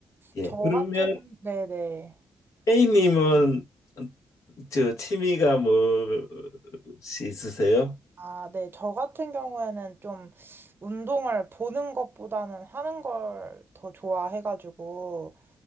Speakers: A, on the left (about 65°); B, on the right (about 40°).
A: 예.
B: 저
A: 그러면
B: 같은, 네네.
A: A님은 저 취미가 뭐시 있으세요?
B: 아, 네. 저 같은 경우에는 좀 운동을 보는 것보다는 하는 걸 더 좋아해가지고,